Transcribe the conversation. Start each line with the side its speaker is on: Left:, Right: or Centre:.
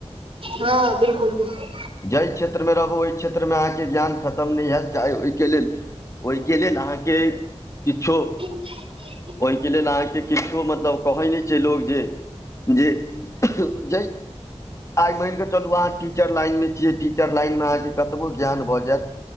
Right: हँ बिलकुल बिलकुल
Left: जाहि क्षेत्रमे रहबू ओहि क्षेत्रमे अहाँके ज्ञान खतम नहि हएैत चाहे ओहिके लेल ओइके लेल अहाँके किछो
Right: <unintelligible>
Left: ओहिके लेल अहाँके किछो मतलब कहै नहि छै लोक जे जे जय आय मनि कऽ चलु अहाँ टीचर लाइन मे छियै टीचर लाइन मे अहाँके कतबो ज्ञान भऽ जायत